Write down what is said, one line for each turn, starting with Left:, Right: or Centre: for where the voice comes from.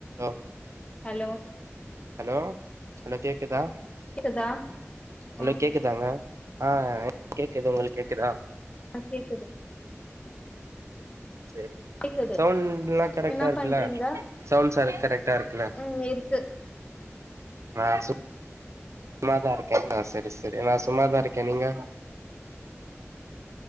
Right: ஓ
Left: hello
Right: hello hello கேக்குதா
Left: கேக்குதா ஆ
Right: ஹலோ கேக்குதாங்க ஆ கேக்குது உங்களுக்கு கேக்குதா
Left: ஆ கேக்குது
Right: செரி
Left: கேக்குது
Right: சவுண்ட்லா கரெக்டா
Left: என்ன
Right: இருக்குல்ல
Left: பண்றீங்க
Right: சவுண்ட் ச கரெக்டா இருக்குல்ல
Left: ம் இருக்கு
Right: ஆ சு ம்மாதா இருக்கே ஆ சரி சரி நா சும்மாதா இருக்கே நீங்க